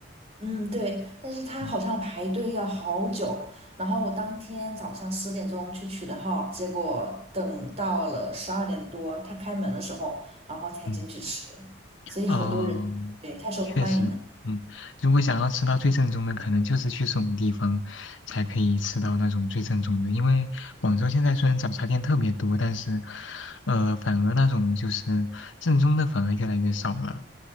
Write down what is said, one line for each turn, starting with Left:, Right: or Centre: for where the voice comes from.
Right: 嗯，对，但是他好像排队要好久，
Left: 嗯
Right: 然后我当天早上十点钟去取的号，结果等到了十二点多，他开门的时候，然后才进去吃，
Left: 嗯
Right: 所以好多人，
Left: 哦，
Right: 对，太受欢迎了。
Left: 确实，嗯，如果想要吃到最正宗的，可能就是去这种地方才可以吃到那种最正宗的。因为广州现在虽然早茶店特别多，但是呃反而那种就是正宗的反而越来越少了。